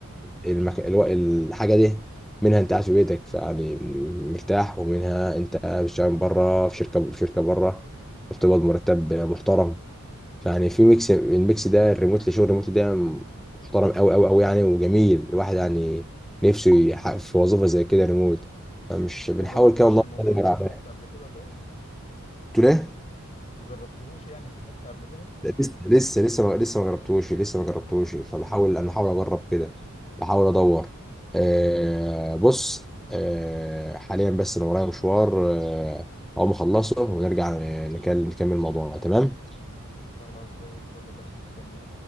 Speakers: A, in the centre; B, on the left (about 30°).
A: المك... الو... الحاجه دي منها انت قاعد في بيتك يعني مرتاح ومنها انت بتشتغل بره في شركه في شركه بره فبتقبض مرتب محترم فيعني في ميكس الميكس ده الريموت اللي شغل الريموت ده محترم قوي قوي قوي يعني وجميل الواحد يعني نفسه يحقق في وظيفه زي كده ريموت فمش
B: ما
A: بنحاول
B: جربتش
A: كده والله
B: الموضوع
A: ندور
B: ده في
A: على-
B: حته قبل كده طيب
A: قلت له إيه؟
B: ما جربتهوش يعني في حتة قبل كده
A: لسه لسه لسه ما لسه ما جربتوش لسه ما جربتوش فبحاول انا بحاول اجرب كده بحاول ادور آه بص آه حاليا بس انا ورايا مشوار آه اقوم اخلصه ونرجع نكل- نكمل موضوعنا تمام
B: خلاص زي الفل يا باشا مستنيك